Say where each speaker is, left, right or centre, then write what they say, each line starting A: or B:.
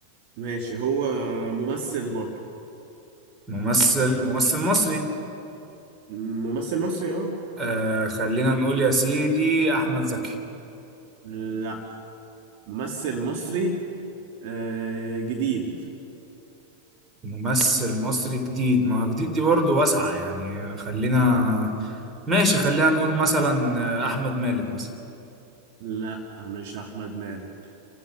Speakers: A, on the right; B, on the right.
A: ماشي هو ممثل برضو
B: ممثل ممثل مصري
A: ممثل مصري اه
B: آه خلينا نقول يا سيدي أحمد زكي
A: لا ممثل مصري آه جديد
B: ممثل مصري جديد ما هو جديد دي برضه واسعة يعني خلينا ماشي خلينا نقول مثلا آه، أحمد مالك مثلا
A: لا مش احمد مالك